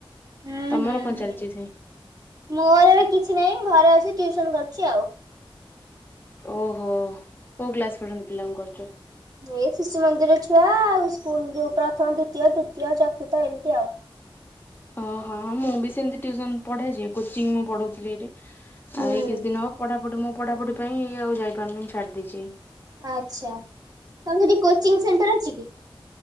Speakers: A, on the right (about 45°); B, on the left (about 20°).
A: ହୁଁ
B: ତମର
A: ହୁଁ
B: କଣ
A: ହୁଁ।
B: ଚାଲିଛି ସେ?
A: ମୋର ଏବେ କିଛି ନାହିଁ ମୁଁ ଘରେ ଅଛି ଟିଉସନ୍ କରୁଛି ଆଉ।
B: ଓହୋ କୋଉ କ୍ଲାସ୍ ପର୍ଯ୍ୟନ୍ତ ପିଲାଙ୍କୁ କରୁଚ?
A: ଏ ଶିଶୁ ମନ୍ଦିର ଛୁଆ ଆଉ ସ୍କୁଲ ଯୋଉ ପ୍ରଥମ ଦ୍ଵିତୀୟ ତୃତୀୟ ଚତୁର୍ଥ ଏମିତି ଆଉ।
B: ଅହ ହଁ ମୁଁ ବି ସେମିତି ଟିଉସନ ପଢ଼ାଏ ଯେ କୋଚିଂ ମୁଁ ପଢ଼ଉଥିଲି ଏଇଠି। ଆଉ
A: ହୁଁ।
B: ଏଇ କିଛି ଦିନ ହବ ପଢ଼ାପଢ଼ି ମୁଁ ପଢ଼ାପଢ଼ି ପାଇଁ ଆଉ ଯାଇ ପାରୁନି ଛାଡ଼ି ଦେଇଛି।
A: ଆଛା ତମ ସେଠି କୋଚିଂ ସେଣ୍ଟର ଅଛି କି?